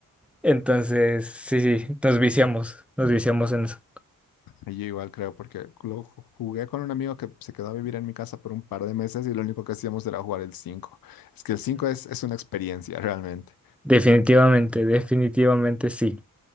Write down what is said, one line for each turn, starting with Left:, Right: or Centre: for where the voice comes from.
Centre: Entonces, sí, sí, nos viciamos. Nos viciamos en eso.
Left: Yo igual creo, porque lo ju- jugué con un amigo que se quedó a vivir en mi casa por un par de meses y lo único que hacíamos era jugar el cinco Es que el 5 es, es una experiencia realmente.
Centre: Definitivamente, definitivamente sí.